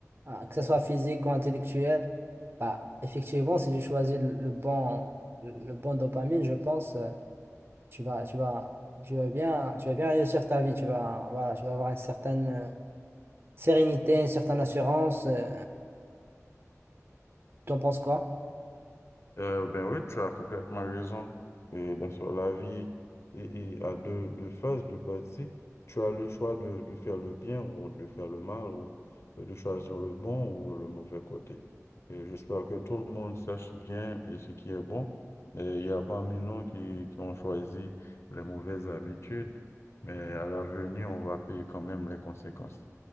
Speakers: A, on the right; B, on the left.
A: hein, que ce soit physique ou intellectuel. Bah, effectivement, si tu choisis le le bon, le bon dopamine, je pense. euh, tu vas, tu vas, tu vas bien, tu vas bien réussir ta vie. Tu vas, voilà, tu vas avoir une certaine euh, sérénité, une certaine assurance. euh, t'en penses quoi?
B: Euh, ben oui, tu as complètement raison. Et dans ce- la vie et, et a deux, deux phases, deux parties. Tu as le choix de, de faire le bien ou de faire le mal ou euh, de choisir le bon ou le mauvais côté. Et j'espère que tout le monde sache bien et ce qui est bon. Et il y a parmi nous qui, qui ont choisi les mauvaises habitudes, mais à l'avenir, on va payer quand même les conséquences.